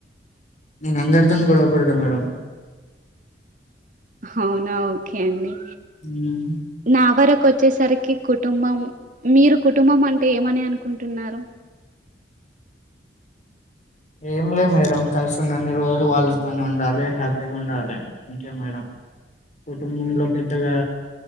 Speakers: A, on the left (about 45°); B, on the right (about 45°).
A: నేను అందరి తోన్ గొడవ పడుతను మేడం
B: అవునా ఓకే అండి
A: మ్మ్
B: నా వరకు వచ్చేసరికి కుటుంబం మీరు కుటుంబం అంటే ఏమని అనుకుంటున్నారు
A: ఏం లే మేడం కలిసున్నన్ని రోజులు వాళ్ళతోనే ఉండాలి హ్యాపీగా ఉండాలి అంతే మేడం కుటుంబంలో పెద్దగా